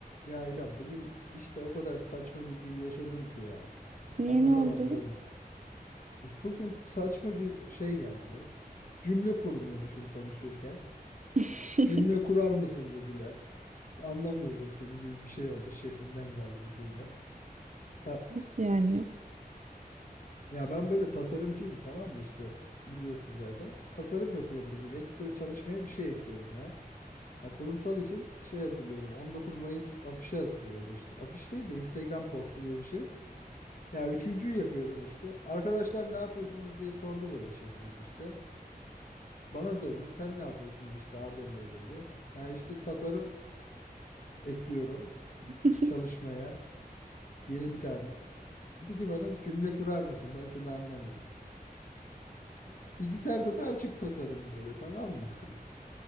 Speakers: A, on the left (about 60°); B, on the right (about 50°).
A: Ya İrem bugün işte o kadar saçma bir gün yaşadım ki ya.
B: Niye
A: Anlatamam
B: ne oldu?
A: sana. İşte Bugün saçma bir şey geldi. Cümle kurmuyormuşum konuşurken.
B: <laughs>
A: Cümle kurar mısın dediler. Anlamıyorum senin gibi bir şey oldu. Şefimden geldi bu cümle. Ta-
B: Nasıl yani?
A: ya ben böyle tasarımcıyım tamam mı işte biliyorsun zaten. Tasarım yapıyorum bugün. Ekstra çalışmaya bir şey ekliyorum ya. Ha, kurumsal için şey hazırlıyorum. 19 Mayıs afişi hazırlıyorum işte. Afiş değil de Instagram postu gibi bir şey. Ya üçüncüyü yapıyorum işte. Arkadaşlar ne yapıyorsunuz diye sordu böyle şefimiz işte. Bana döndü. Sen ne yapıyorsun işte Adem Bey dedi. Ya işte tasarım ekliyorum
B: <laughs>
A: çalışmaya. Yeni bir tane. Dedi ki bana cümle kurar mısın? Ben seni anlamıyorum. Bilgisayarda da açık tasarım böyle tamam mı? <laughs>